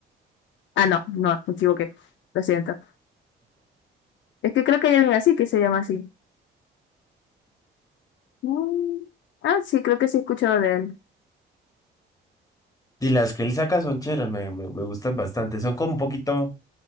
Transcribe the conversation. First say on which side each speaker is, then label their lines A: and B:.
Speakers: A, on the left; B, on the left.
A: Ah, no, no, me equivoqué. Lo siento. Es que creo que hay alguien así que se llama así. Mm, Ah, sí, creo que sí he escuchado de él.
B: Y las que él saca son chéveres, me, me, me gustan bastante. Son como un poquito,